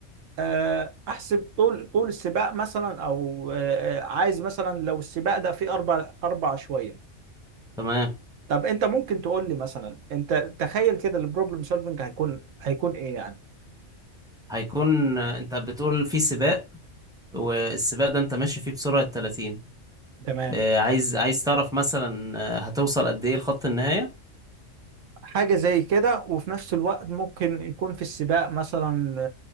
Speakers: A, on the right (about 80°); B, in the centre.
A: آه، احسب طول طول السباق مثلا او آه، آه، عايز مثلا لو السباق ده فيه اربع اربع شوية
B: تمام
A: طب انت ممكن تقول لي مثلا انت تخيل كده البروبلم سولفنج هيكون هيكون ايه يعني
B: هيكون آه، انت بتقول في سباق والسباق ده انت ماشي فيه بسرعة 30
A: تمام
B: آه عايز عايز تعرف مثلا آه، هتوصل قد ايه لخط النهاية
A: حاجة زي كده وفي نفس الوقت ممكن يكون في السباق مثلا